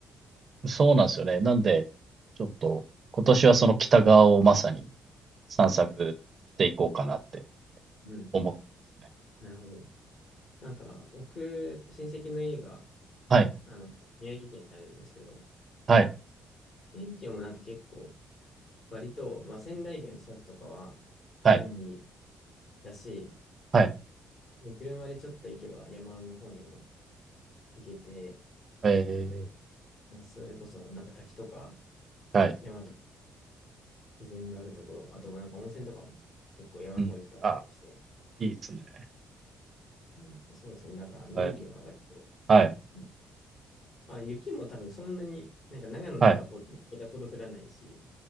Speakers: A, on the right (about 40°); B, on the left (about 55°).
A: そうなんですよね。なんで、ちょっと今年はその北側をまさに散策していこうかなって
B: はいはいはい。うん。
A: 思ってますね。
B: なるほど。なんか、僕、親戚の家が、
A: はい、
B: あの、宮城県にあるんですけど、
A: はい、
B: 宮城県もなんか結構、割と、まあ仙台駅の近くとかは便利
A: はい、
B: だし、
A: はい。
B: 車でちょっと行けば山の方にも行けて、
A: えい
B: まあ、それこそなんか滝とか
A: はい。
B: 山と自然があるところ、あともなんか温泉とかも結構山の方行くとあったりして、
A: うん。あ、いいですね。
B: うんそうですね。だから宮城は割と、
A: はい、はい、
B: うんあ、雪も多分そんなに、なんか長野とかほ、
A: はい。
B: またほど降らないし、